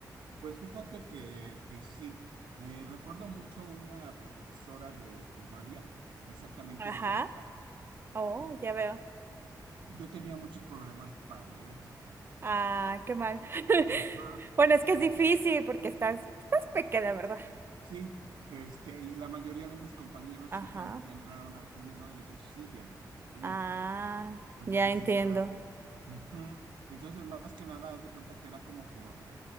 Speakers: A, on the right (about 85°); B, on the right (about 30°).
A: Pues fíjate que, que sí. Eh, recuerdo mucho una profesora de primaria, exactamente
B: Ajá.
A: en primer grado.
B: Oh,
A: Este,
B: ya veo.
A: yo tenía muchos problemas para leer.
B: Ah, qué mal. <laughs>
A: Ajá.
B: Bueno, es
A: Eh,
B: que es difícil porque estás, estás pequeña, ¿verdad?
A: sí, este, y la mayoría de mis compañeros
B: Ajá.
A: sí, cuando ya entraron a primero, ellos sí ya leían.
B: Ah,
A: Entonces,
B: ya entiendo.
A: esa era. Ujú. Entonces, más que nada, haz de cuenta que era como por,